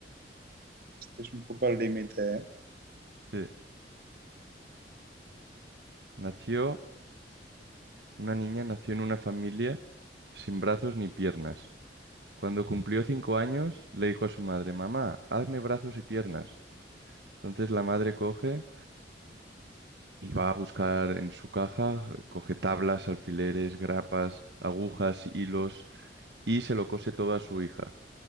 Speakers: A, on the right; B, on the right.
A: Es un poco al límite. ¿eh?
B: Sí. Nació, una niña nació en una familia sin brazos ni piernas. Cuando cumplió cinco años, le dijo a su madre, Mamá, hazme brazos y piernas. Entonces la madre coge y va a buscar en su caja, coge tablas, alfileres, grapas, agujas, hilos y se lo cose todo a su hija.